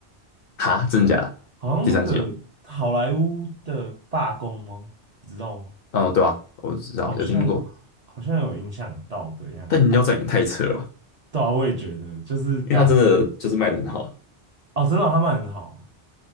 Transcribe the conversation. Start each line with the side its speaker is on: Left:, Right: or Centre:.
Left: 哈，真的假的？
Right: 好像那个好莱坞的罢工吗？
Left: 第三集哦，
Right: 你知道吗？
Left: 哦，对啊，我知道，
Right: 好像
Left: 有听过。
Right: 好像有影响到的样子。
Left: 但饮料站也太扯了吧？
Right: 对啊，我也觉得，就是干
Left: 因为它真的就是卖的很好，
Right: 哦，真的哦他们很好